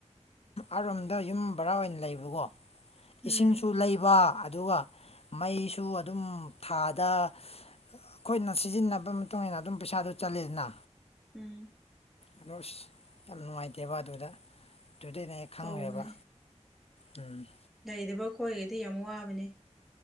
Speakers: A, on the left; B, in the centre.
A: ꯑꯔꯣꯝꯗ ꯌꯨꯝ ꯕꯣꯔꯥ ꯑꯣꯏꯅ ꯂꯩꯕꯀꯣ
B: ꯎꯝ
A: ꯏꯁꯤꯡꯁꯨ ꯂꯩꯕ ꯑꯗꯨꯒ ꯃꯩꯁꯨ ꯑꯗꯨꯝ ꯊꯥꯗ ꯑꯩꯈꯣꯏꯅ ꯁꯤꯖꯤꯟꯅꯕ ꯃꯇꯨꯡ ꯏꯟꯅ ꯑꯗꯨꯝ ꯄꯩꯁꯥꯗꯨ ꯆꯂꯦꯅ
B: ꯎꯝ
A: ꯑꯗꯣ ꯑꯁ ꯌꯥꯝ ꯅꯨꯡꯉꯥꯏꯇꯦꯕ ꯑꯗꯨꯗ ꯑꯗꯨꯗꯅ ꯑꯩ ꯈꯪꯈ꯭ꯔꯦꯕ
B: ꯇꯧꯕꯅꯦ
A: ꯎꯝ
B: ꯂꯩꯗꯕ ꯑꯩꯈꯣꯏꯈꯩꯗꯤ ꯌꯥꯝ ꯋꯥꯕꯅꯦ